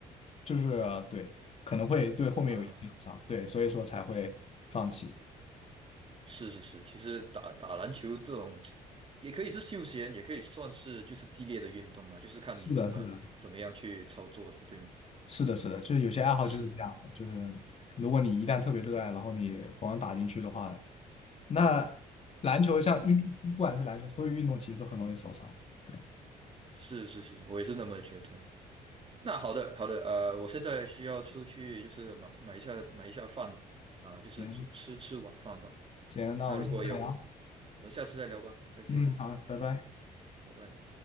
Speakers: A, on the left; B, on the right.
A: 就是对，可能会对后面有影响上，
B: 啊，
A: 对，所以说才会放弃。
B: 是是是，其实打打篮球这种也可以是休闲，也可以算是就是激烈的运动嘛，就是看你怎么怎么样去操作的，
A: 是的，是的，
B: 对吗？
A: 是的，是的，就是有些爱好就是这样的，
B: 是
A: 就是如果你一旦特别热爱，然后你疯狂打进去的话，那篮球像运，不管是篮球，所有运动其实都很容易受伤。对，
B: 是是是，我也是那么觉得。那好的，好的，呃，我现在需要出去，就是买买一下买一下饭啊，就是吃吃吃晚饭吧。
A: 行，行，那我们下次再聊。
B: 那如果有，我们下次再聊吧，再见，
A: 嗯，好，拜拜。
B: 拜拜。